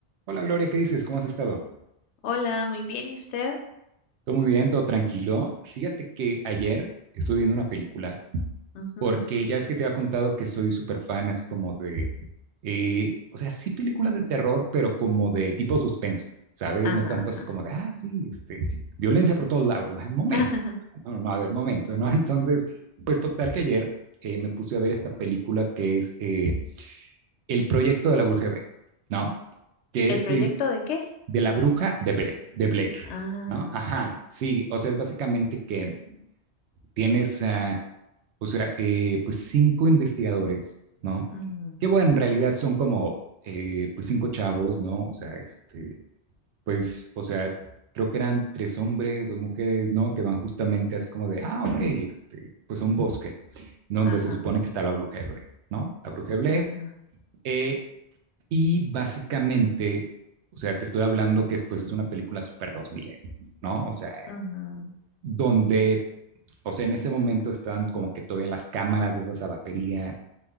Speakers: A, on the right (about 85°); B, on the left (about 85°).
A: Hola Gloria, ¿qué dices? ¿Cómo has estado?
B: Hola, muy bien, ¿y usted?
A: Todo muy bien, todo tranquilo. Fíjate que ayer estuve viendo una película
B: Ujú,
A: porque ya es que te había contado que soy súper fan así como de, eh, o sea, sí películas de terror, pero como de tipo suspenso, ¿sabes?
B: Ajá,
A: No tanto así
B: ajá.
A: como de, ah, sí, este, violencia por todos lados. <laughs> Momento.
B: <laughs>
A: No, no, no, a ver, momento, ¿no? <laughs> Entonces, pues total que ayer eh, me puse a ver esta película que es eh, El proyecto de la bruja Hebrea, ¿no? Que
B: ¿El
A: este,
B: proyecto de qué?
A: de la bruja de, Bla- de Blair,
B: Ah,
A: ¿no? Ajá,
B: ok.
A: sí, o sea, es básicamente que tienes, ah, o sea, eh, pues cinco investigadores, ¿no?
B: ujú,
A: Que bueno, en realidad son como, eh, pues cinco chavos, ¿no? O sea, este, pues, o sea, creo que eran tres hombres, dos mujeres, ¿no? Que van justamente así como de, ah, ok, este, pues a un bosque, donde
B: Ajá,
A: se supone que está la bruja de Blair, ¿no? La bruja de Blair.
B: ajá.
A: Eh, y básicamente, o sea, te estoy hablando que después es una película super 2000, ¿no? O sea,
B: ujú,
A: donde, o sea, en ese momento estaban como que todavía las cámaras, de esas a batería.